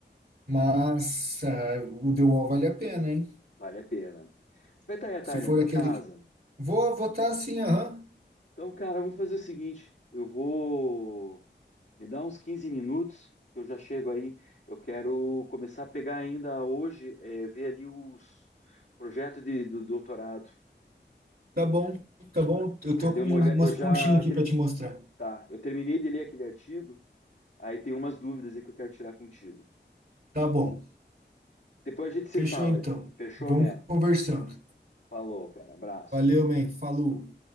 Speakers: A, on the right; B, on the left.
A: Mas ah, o The Wall vale a pena, hein?
B: Vale a pena. Você vai estar aí à tarde
A: Se for
B: na tua
A: aquele.
B: casa?
A: que- Vou votar assim, aham.
B: Então, cara, vamos fazer o seguinte: eu vou me dar uns 15 minutos, que eu já chego aí. Eu quero começar a pegar ainda hoje, eh, ver ali os projetos de, do doutorado.
A: Tá bom, tá bom. Eu
B: Que
A: tô
B: eu dei
A: com
B: uma
A: uma-
B: olhada,
A: umas
B: eu já
A: continhas aqui
B: ter-
A: pra te mostrar.
B: tá, eu terminei de ler aquele artigo, aí tem umas dúvidas aí que eu quero tirar contigo.
A: Tá bom.
B: Depois a gente se
A: Fechou
B: fala
A: então.
B: aí. Fechou
A: Vamos
B: mesmo?
A: conversando.
B: Falou, cara. Abraço.
A: Valeu, man. Falou.